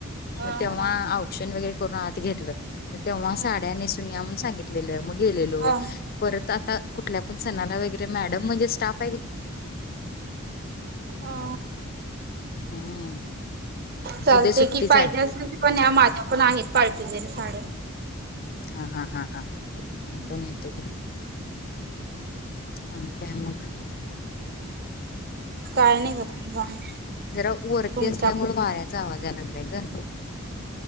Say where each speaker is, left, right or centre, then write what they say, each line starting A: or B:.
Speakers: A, on the right; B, on the left.
A: हा
B: मग तेव्हा
A: हा
B: औक्षण वगैरे करून आत घेतलं. मग तेव्हा
A: हा
B: साड्या नेसून या म्हणून सांगितल. <unintelligible> मग गेलेलो
A: हा
B: परत आता कु कुठल्या पण सणाला वगैरे मॅडम म्हणजे स्टाप
A: अ
B: हम्म
A: चालते
B: उद्या सुट्टीच
A: कि पाहिजे
B: आहे
A: असेल पण <unintelligible> माझ्या पण आहेत. पार्टीवेअर साड्या
B: हा हा हा हा
A: हम्म
B: नेतो नेतो की आणि काय मग?
A: काय नाही बघा निवांत
B: जरा वरती
A: तुमच्याकडून
B: असल्यामुळ वाऱ्याचा आवाज याय लागलाय ग